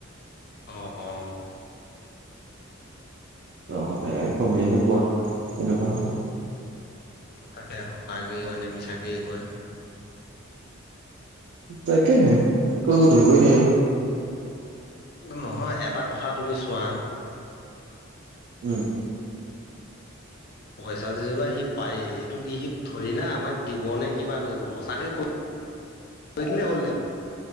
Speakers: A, on the left (about 50°); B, on the right (about 65°).
A: অ অ
B: তহ'লে কমিয়ে নোপোৱা
A: কি
B: তেনেকুৱা হ'
A: তাকে সঁচাকয় কনেে মিছাকেই কয়
B: তাকেহে এক ধৰিবই ন
A: নহয় এটা কথা তুমি চোৱা
B: উম
A: পইচা যেিবা সি পায় এইটো কি সি ধৰি না আমাক দিব নে কিবা কৰিব সঁচাকে। তনে হলে